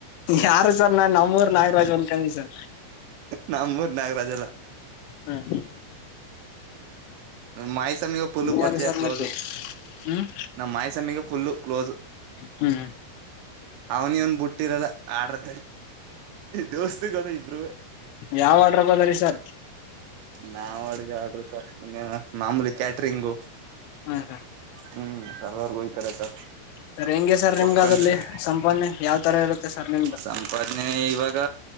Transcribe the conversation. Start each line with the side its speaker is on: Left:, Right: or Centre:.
Left: ಯಾರು ಸರ್ ನಾ ನಮ್ಮೂರು ನಾಗರ್ ಅಂದ್ಕೊಂಡೆ ಸರ್
Right: ನಮ್ಮೂರ್ ನಾಗರಾಜ ಎಲ್ಲ
Left: ಹ್ಮ
Right: ಮಾಯ ಸಮಯ ಒ ುಲ್ಲು ಪರಿಚಯ
Left: ಯಾರು ಸರ್
Right: ಕ್ಲೋಸು
Left: ಮತ್ತೆ ಹ್ಮ್
Right: ನಮ್ಮ ಮಾಯಸಮ್ಮಿಗೆ ಪುಲ್ಲು ಕ್ಲೋಸ್
Left: ಹ್ಮ್
Right: ಅವನ್ ಇವನ್ ಬಿಟ್ಟಿರಲ್ಲ ಆಡ್ರ ದೋಸ್ತುಗಳು ಇಬ್ಬರುವೆ
Left: ಯಾವಾಗಾದ್ರೂ ಬನ್ನಿ ಸರ್
Right: ನವು ಅಡ್ಗೆ ಆದ್ರರು ಸರ್ ಇನ್ನೇ ಮಾಮೂಲಿ ಕ್ಯಾಟ್ರಿಂಗು
Left: ಹಾ ಸರ್
Right: ಹ್ಮ್ ಕೆಲವರ್ಗು ಹೋಗ್ತಾರ ಸರ್
Left: ಸರ್ ಹೆಂಗೆ ಸರ್ ನಿಮ್ಗ
Right: ಒಪ್ಕೊಂಡಿರ್ತಾರ
Left: ಅದ್ರಲ್ಲಿ ಸಂಪನ್ನ ಯಾವ ತರ ಇರುತ್ತೆ ಸರ್ ನಿಮ್ದ
Right: ಸಂಪಾದನೆ ಇವಾಗ